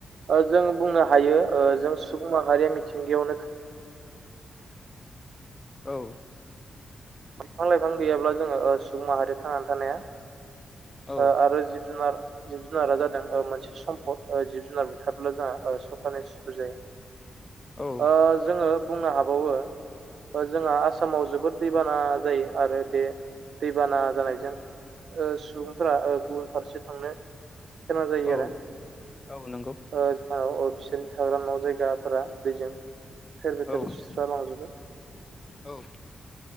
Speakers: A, on the right; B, on the left.
A: ओ जों बुंनो हायो जों सुबुं माहारिया मिथिंगायावनो
B: औ
A: बिफां लाइफां गैयाब्ला ओ जोङो सुबुं माहारिया थांनानै थानायानो
B: औ
A: हाया ओ आरो जिब जुनार जिब जुनारा जादों मोनसे सम्पद जिब जुनार बुथार्ला जोंहा सखानाय सुथुर जायो
B: औ
A: ओ जोङो बुंनो हाबावो जोंहा आसामाव जोबोद दैबाना जायो आरो बे दैबाना जानायजों ओ सुबुंफोरा ओ गुबुन फारसे थांनो सोरोनां जायो
B: औ औ नंगौ
A: आरो ओ जो औ थाग्रा न' जायगाफोरा दैजों थेर बेथेर
B: औ
A: सुस्र लांजोबो
B: औ